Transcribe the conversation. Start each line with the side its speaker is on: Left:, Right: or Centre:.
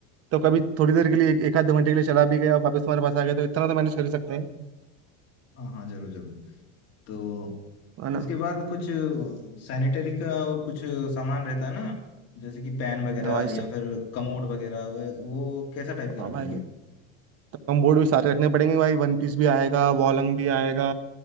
Right: तो कभी थोड़ी देर के लिए एक एक आध दो घंटे के लिए चला भी गया वापस तुम्हारे पास आ गया तो इतना तो मैनेज कर ही सकते हैं
Left: हाँ हाँ जरूर जरूर तो
Right: है
Left: उसके
Right: ना
Left: बाद कुछ सैनिटरी का और कुछ सामान रहता है ना जैसे कि पैन वगैरह
Right: हाँ भाई से-
Left: या फिर कमोड वगैरह वो वो कैसा टाइप का
Right: हाँ
Left: रखेंगे
Right: भाई कम बोर्ड भी सारे रखने पड़ेंगे भाई वन पीस भी आएगा वॉलंग भी आएगा